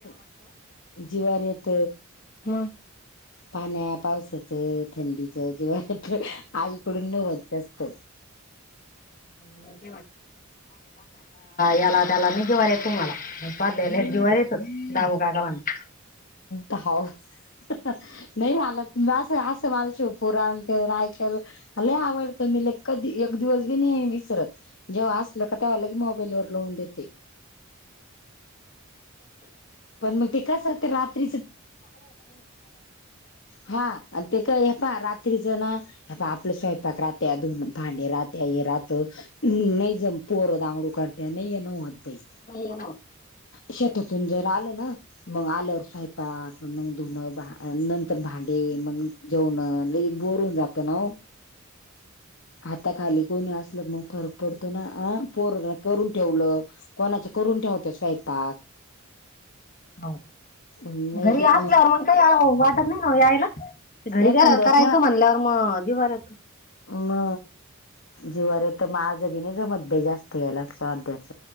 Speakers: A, on the left (about 60°); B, on the left (about 40°).
A: <unintelligible> जीवारी येत.
B: मग
A: पाण्या- पावसाचं, थंडीच, जीव्हार येतं. आईकडून नवलच असतं.
B: <unintelligible> याला - त्याला मी जिवार येतो मला. <unintelligible> जिवार येतो. दामू काका <unintelligible>
A: त हाव. <unintelligible> नाही माला असं, असं मानशिवपुरातं रायकल. लय आवडतं, मीले. कधी, एक दिवस बी नाही विसरत. जेव्हा असलं का, तेव्हा लगी मोबाईल वर लावून देते. पण मग ते कसं, ते रात्रीच हा. ते क ये पहा रात्रीच ना. हे पाहा, आपलं स्वयंपाक राहत्या. धून -भांडे राहात्या. हे राहात. नाही जम, पोर दांगडू करत त्याने येन होत बाई.
B: <unintelligible>
A: शेतातून जर आलं ना मग आल्यावर, स्वयंपाक. मग धुनं, भा नंतर भांडे मंग. जेवणं. लय बोअर होऊन जातं ना ओ.
B: <inaudible>
A: हाताखाली कोणी असल, मग फरक पडतो ना. आ पोर करून ठेवलं. कोणाचं करून ठेवत्या, स्वयंपाक.
B: हो.
A: नाही
B: घरी
A: बी
B: असल्यावर, मग काही आओ वाटत नाही ओ यायला. घरी
A: एखांद्यास
B: गेल्यावर करायचं, म्हणल्यावर म जीवार येत.
A: म. जीवार येतं. माझ बी नाही जमत बाई जास्त याला. स्वाध्याच.